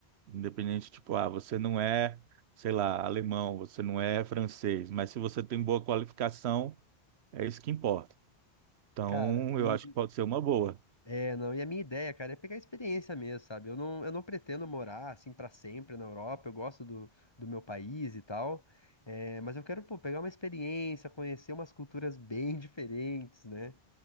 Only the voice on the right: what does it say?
Independente, tipo, ah, você não é, sei lá, alemão, você não é francês, mas se você tem boa qualificação, é isso que importa. Então,
eu acho que pode ser uma boa.